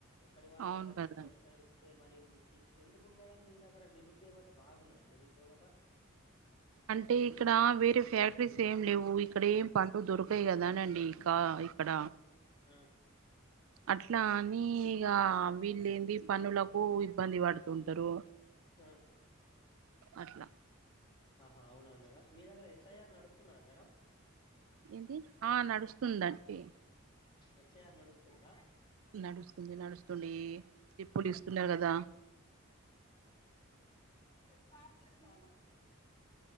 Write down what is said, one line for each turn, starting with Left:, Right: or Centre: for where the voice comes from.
Left: ఎక్కడి వాళ్ళనో
Right: అవును
Left: వచ్చి
Right: కదా
Left: ప్రోత్సహి సే మరి ఎందుకు మేడం మీ దగ్గర నిరుద్యోగత బాగున్నదా నిరుద్యోగత
Right: అంటే ఇక్కడ వేరే ఫ్యాక్టరీస్ ఏం లేవు ఇక్కడ ఏం పనులూ దొరకాయి కదానండి ఇంకా ఇక్కడ
Left: ఆ
Right: అట్లా అన్ని ఇంకా వీళ్ళు ఏంది పనులకు ఇబ్బంది పడుతుంటారు
Left: ఆ
Right: అట్లా
Left: ఆహా అవునా మేడమ్ మీ దగ్గర ఎస్ఐఆర్ నడుస్తున్నధా మేడం
Right: ఏంది ఆ నడుస్తుందండి
Left: ఎస్ఐఆర్ నడుస్తందా
Right: నడుస్తుంది నడుస్తుంది ఇప్పుడు ఇస్తున్నారు కదా
Left: కార్